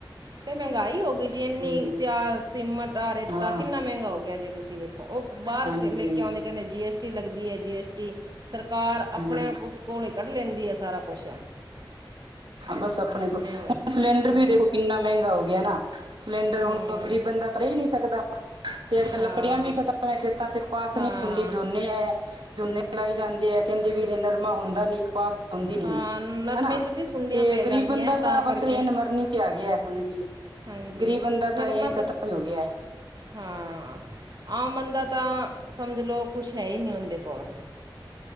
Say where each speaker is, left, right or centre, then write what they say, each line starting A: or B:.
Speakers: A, on the right (about 55°); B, on the right (about 70°).
A: ਤੇ ਮਹਿੰਗਾਈ ਹੋ ਗਈ ਜੀ, ਇੰਨੀ
B: ਹਮ,
A: ਸਿਆਰ ਸੀਮੈਂਟ ਆ ਰੇਤਾ
B: ਹਾਂ
A: ਕਿੰਨਾ ਮਹਿੰਗਾ ਹੋ ਗਿਆ ਜੀ, ਤੁਸੀਂ ਵੇਖੋ। ਉਹ ਬਾਹਰ
B: ਹਾਂਜੀ
A: ਲੇਖ
B: ਹਾਂਜੀ
A: ਕੇ ਆਉਂਦੇ, ਕਹਿੰਦੇ ਜੀ ਐਸ ਟੀ ਲੱਗਦੀ ਐ, ਜੀ ਐਸ ਟੀ ਸਰਕਾਰ ਅਪਣੇ
B: ਹਮ,
A: ਬੂ ਕੋਲੋਂ ਈ ਕੱਢ ਲੈਂਦੀ ਆ ਸਾਰਾ ਕੁਛ।
B: ਬਸ ਅਪਣੇ ਕੋਲ,
A: ਮਹਿੰਗਾ
B: ਹੁਣ ਸਿਲੰਡਰ ਵੀ
A: ਹਾਂ
B: ਦੇਖੋ ਕਿੰਨਾ ਮਹਿੰਗਾ ਹੋ ਗਿਆ ਨਾ। ਸਿਲੰਡਰ ਹੁਣ
A: ਹਾਂ
B: ਗ਼ਰੀਬ ਬੰਦਾ ਤਾਂ ਲੈ ਈ ਨਈ ਸਕਦਾ, ਤੇ ਅੱਜਕੱਲ
A: ਹਾਂ
B: ਲੱਕੜੀਆਂ ਵੀ ਖਤਮ ਵੇਂ ਖੇਤਾਂ ਚ ਕਪਾਸ
A: ਹਾਂ
B: ਨੀ ਹੁੰਦੀ ਝੋਨੇ ਐਐ। ਝੋਨੇ ਲਾਏ ਜਾਂਦੇ ਐ, ਕੈਂਦੇ ਵੀ ਨਰਮਾ ਹੁੰਦਾ ਨੀ, ਕਪਾਸ ਹੁੰਦੀ ਨੀ,
A: ਹਾਂ ਨਰਮੇ
B: ਹੈਨਾ।
A: 'ਚ ਜੀ ਸੁੰਡੀਆਂ
B: ਤੇ
A: ਪੈ
B: ਗ਼ਰੀਬ
A: ਜਾਂਦੀਆਂ
B: ਬੰਦਾ ਤਾਂ
A: ਕਰਕੇ
B: ਬਸ ਇਹ ਨਮਰਨੀ ਚ ਆ ਗਿਆ, ਹਾਂਜੀ।
A: ਹਾਂਜੀ,
B: ਗਰੀਬ ਬੰਦਾ
A: ਨਰਮਾ
B: ਇਹਨ ਖਤਮ
A: ਤਾਂ
B: ਹੋ ਗਿਆ ਹੈ
A: ਹਾਂ, ਆਮ ਬੰਦਾ ਤਾਂ ਸਮਝ ਲੋ ਕੁਛ ਹੈ ਈ ਨੀ ਉਹਂਦੇ ਕੋਲ।